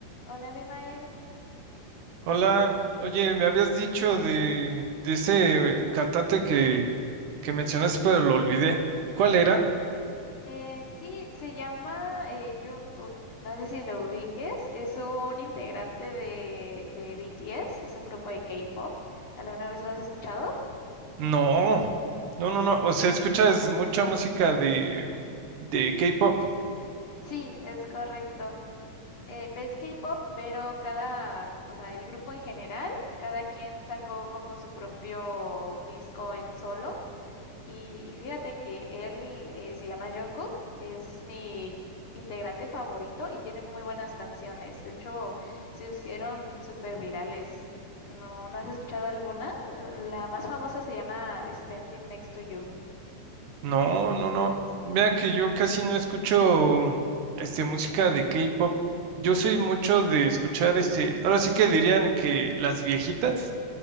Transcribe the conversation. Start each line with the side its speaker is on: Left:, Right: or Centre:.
Left: Hola, Abimael.
Right: Hola, oye, me habías dicho de, de ese eh, cantante que, que mencionaste, pero lo olvidé. ¿Cuál era?
Left: Eh, sí, se llama eh, Jungkook. No sé si lo ubiques. Es un integrante de, de BTS. Es un grupo de K-pop. ¿Alguna vez lo has escuchado?
Right: No, no, no, no. O sea, escuchas mucha música de, de K-pop.
Left: Sí, es correcto. Eh, pues es K-pop, pero cada, o sea, el grupo en general, cada quien sacó como su propio disco en solo. Y, y fíjate que él eh, se llama Jungkook, es mi integrante favorito y tiene muy buenas canciones. De hecho, se hicieron súper virales. ¿No, no has escuchado alguna? Eh, La más famosa se llama Standing Next to You.
Right: No, no, no. Mira que yo casi no escucho este, música de K-pop. Yo soy mucho de escuchar este. Ahora sí que dirían que las viejitas.